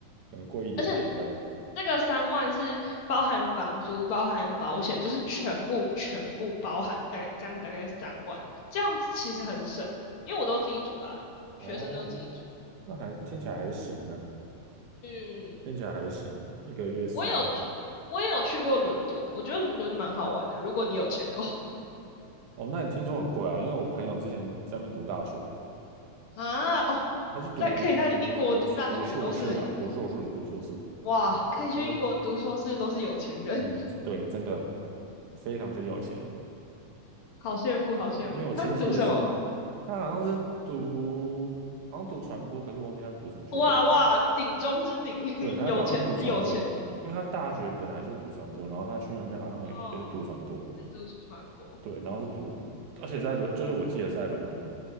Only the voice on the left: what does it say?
而且这个三万是包含房租、包含保险，就是全部全部包含，大概这样子大概三万，
这样子其实很省，因为我都自己煮啦，
学生都自己煮。
嗯，
我有去我有去过伦敦，我觉得伦敦蛮好玩的，如果你有钱的话
啊哦，
在可以在英国读大学的都是
哇，可以去英国读硕士都是有钱人，
好羡慕，好羡慕。
他是读什么？
哇哇，顶中之顶，<laughs>
有钱之有钱。
哦，是都是传播。